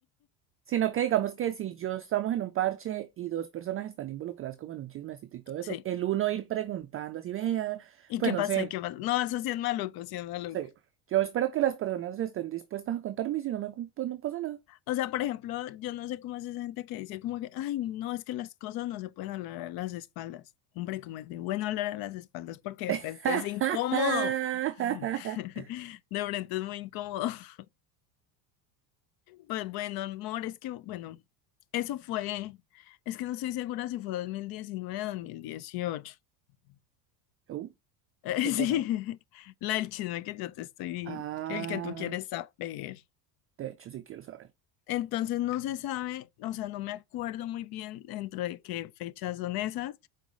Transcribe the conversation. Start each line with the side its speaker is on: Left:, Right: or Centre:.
Right: Sino que digamos que si yo estamos en un parche y dos personas están involucradas como en un chismecito y todo eso,
Left: Sí.
Right: el uno ir preguntando así, vea,
Left: ¿Y
Right: pues
Left: qué pasó?
Right: no sé.
Left: ¿Y qué pasó? No, eso sí es maluco, sí es maluco.
Right: Sí. Yo espero que las personas estén dispuestas a contarme y si no me cu- pues no pasa nada.
Left: O sea, por ejemplo, yo no sé cómo es esa gente que dice como que, ay, no, es que las cosas no se pueden hablar a las espaldas. Hombre, como es de bueno hablar a las espaldas porque de
Right: <laughs>
Left: frente es incómodo. <laughs> De frente es muy incómodo. <laughs> Pues bueno, amor, es que, bueno, eso fue, es que no estoy segura si fue 2019 o 2018. <laughs>
Right: Uh,
Left: Eh,
Right: ¿qué
Left: Sí,
Right: cosa?
Left: la del chisme que yo te estoy,
Right: Ah,
Left: el que tú quieres saber.
Right: de hecho, sí quiero saber.
Left: Entonces no se sabe, o sea, no me acuerdo muy bien dentro de qué fechas son esas.